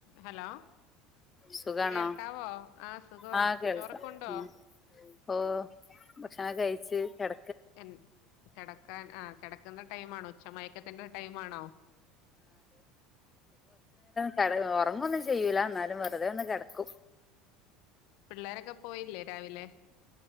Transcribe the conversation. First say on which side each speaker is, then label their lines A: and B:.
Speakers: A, on the left (about 70°); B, on the left (about 25°).
A: ഹലോ.
B: സുഖാണോ
A: കേൾക്കാവോ ആ സുഖവാ.
B: ആഹ് കേൾക്കാം
A: ചോറൊക്ക ഉണ്ടോ
B: ഉം ഓ ഭക്ഷണം കഴിച്ച് കെട
A: എൻ കെടക്കാൻ ആ കെട ക്കുന്ന ടൈമ ആണോ. ഉച്ചമയക്കത്തിന്റെ ടൈമ ആണോ
B: കെട ഒർങ്ങൊന്നും ചെയ്യൂല. ന്നാലും വെറുതെ ഒന്ന് കെടക്കും.
A: പിള്ളേരൊക്കെ പോയില്ലേ രാവിലെ.